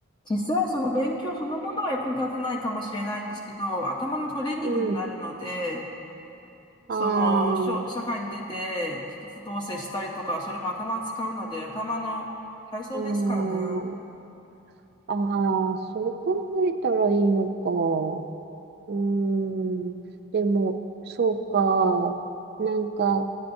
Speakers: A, on the left (about 20°); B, on the right (about 45°).
A: 実際その勉強そのものは役に立たないかもしれないんですけど、頭のトレーニングになるので、
B: うん。
A: その、
B: ああ、
A: しょ社会に出て、人と同棲したりとか、それも頭使うので、頭の体操ですかね。
B: うーん。ああ、そう考えたらいいのか。うーん。でも、そうか。なんか、